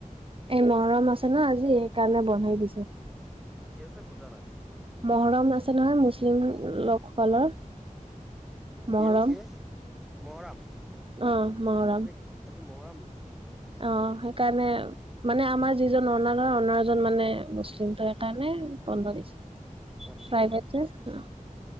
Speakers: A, on the right; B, in the centre.
A: এ মহৰম আছে ন আজি সেইকাৰণে বনাই দিছো
B: কি আছে বুজা নাই
A: মহৰম আছে নহয় মুছলিম লোকসকলৰ
B: কি
A: মহৰম
B: হ'ল কি মহৰাম
A: অ মহৰাম
B: আজি আজি মহৰাম নি
A: অ সেইকাৰণে মানে আমাৰ যিজন অনাৰ হয় অনাৰজন মানে মুছলিম ত সেইকাৰণে বন্ধ দিছে
B: আচ্ছা
A: প্ৰাইভেট
B: আচ্ছা
A: যে অ,